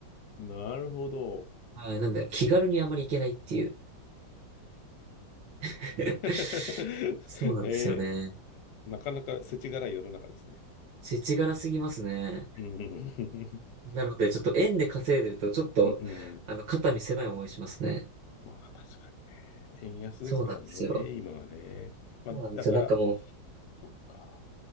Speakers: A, on the left; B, on the right.
A: なるほど。
B: はい。なんで、気軽にあまり行けないっていう。<laughs>
A: <laughs>
B: そうなんですよね。
A: えー、なかなか世知辛い世の中ですね。
B: 世知辛すぎますね。
A: うん。<laughs>
B: なので、ちょっと円で稼いでると、ちょっと、
A: うんうん。
B: あの、肩身狭い思いしますね。
A: まあ確かにね。円安ですからね、
B: そうなんですよ。
A: 今はね。まあだから、
B: そうなんですよ。なんかもう、
A: そっか。